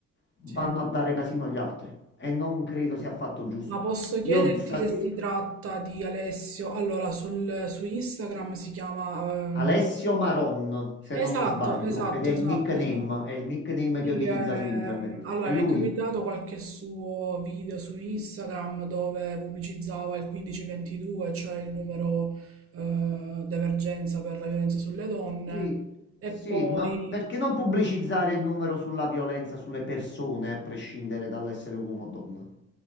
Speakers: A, on the left; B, on the right.
A: vanno
B: sì.
A: a dare casino agli altri. E non credo sia affatto giusto.
B: Ma posso chiederti
A: Io stasera
B: se si tratta di Alessio? Allora, sul, su Instagram si chiama... ehm,
A: Alessio Maron, se
B: Esatto,
A: non mi sbaglio,
B: esatto,
A: ed è il
B: esatto,
A: nickname,
B: esatto.
A: è il nickname
B: Sì,
A: che utilizza
B: ehm,
A: su internet.
B: allora
A: E
B: mi
A: lui,
B: è capitato qualche suo video su Instagram dove pubblicizzava il 1522, cioè il numero eh, d'emergenza per la violenza sulle donne,
A: sì,
B: e
A: sì,
B: poi
A: non- perché non pubblicizzare il numero sulla violenza sulle persone, a prescindere dall'essere uomo o donna?